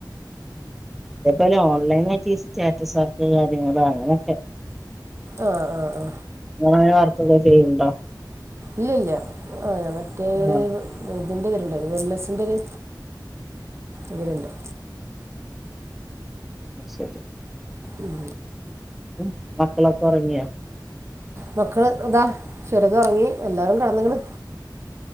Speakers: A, in the centre; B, on the right.
A: അതേപോലെ ഓൺലൈന് ആയിട്ട് ഈ സ്റ്റാറ്റസ് വർക്ക് കാര്യങ്ങള് അങ്ങനെയൊക്കെ
B: ആ ആ ആ
A: അങ്ങനെ വാർത്തക്കെ ചെയ്യണ്ടോ
B: ഇല്ലില്ല ആ ഞങ മറ്റേ
A: ആഹ്
B: ഇതിന്റെ തരും വെല്ലസിന്റെ ഒരു ഇവലണ്ട്
A: <unintelligible>
B: ഉം
A: ഉം മക്കളൊക്കൊറങ്ങിയാ
B: മക്കള് ഇതാ ചെറ്തൊറങ്ങി എല്ലാരും കിടന്നക്ക്ണ്